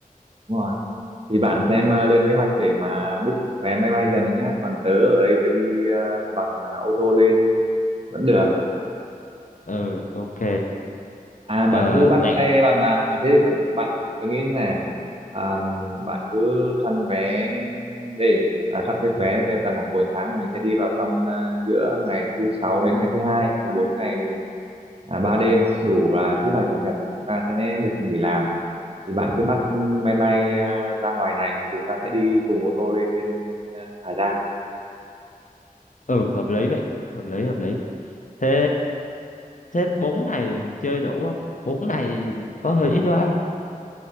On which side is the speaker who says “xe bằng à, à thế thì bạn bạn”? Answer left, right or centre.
Right